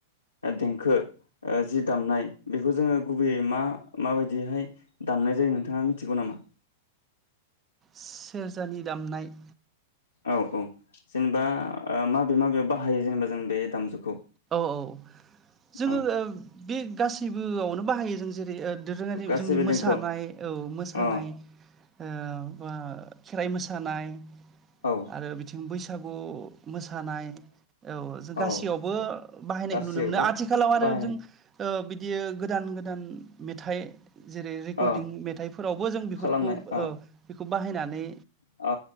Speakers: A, on the left (about 90°); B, on the right (about 25°).
A: देंखो जि दामनाय बेखौ जोङो गुबैयै मा माबायदिहाय दामनाय जायो नोंथाङा मिथिगौ नामा?
B: सेरजानि दामनाय
A: औ औ जेनेबा माबे माबेयाव बाहायो जेनेबा जों बे दामजुखौ?
B: औ औ जोङो
A: औ
B: ओ बे गासैबो बोआवनो बाहायो जों जेरै दोरोङारि
A: गासैबो
B: जोंनि मोसानाय
A: देंखोआव
B: औ मोसानाय
A: अ
B: ओ बा खेराइ मोसानाय
A: औ
B: आरो बिथिं बैसाग सागु मोसानाय औ जों गासैयावबो
A: औ
B: बाहायनायखौ
A: गासैयावबो
B: नुनो मोनो आथिखालाव आरो
A: बाहायनाय
B: जों ओ बि बियो गोदान गोदान मेथाइ जेरै रेकर्डिं
A: अ
B: मेथाइफोरावबो जों बेफोरखौ
A: खालामनाय अ
B: ओ बेखौ बाहायनानै
A: अ